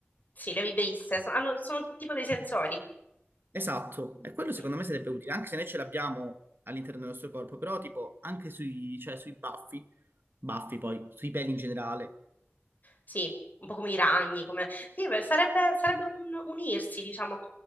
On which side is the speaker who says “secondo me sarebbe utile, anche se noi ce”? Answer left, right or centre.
Right